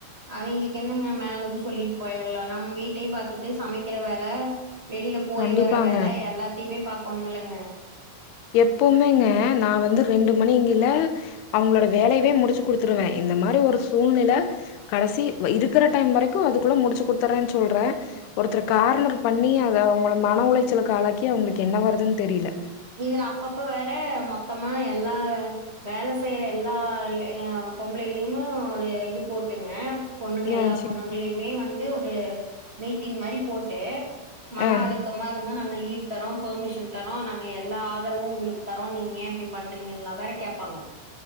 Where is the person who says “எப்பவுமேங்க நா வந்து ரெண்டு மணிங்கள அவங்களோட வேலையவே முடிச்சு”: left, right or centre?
Left